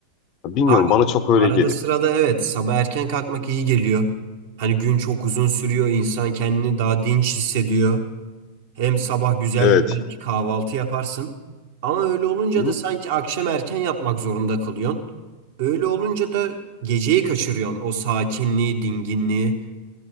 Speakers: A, on the left (about 35°); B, on the right (about 55°).
A: Bilmiyorum
B: Abi
A: bana çok öyle
B: arada
A: geliyor.
B: sırada evet sabah erken kalkmak iyi geliyor. Hani gün çok uzun sürüyor, insan kendini daha dinç hissediyor. Hem sabah güzel
A: Evet.
B: bir belki kahvaltı yaparsın. Ama öyle olunca
A: Hı?
B: da sanki akşam erken yapmak zorunda kalıyorsun. Öyle olunca da geceyi kaçırıyorsun. O sakinliği, dinginliği.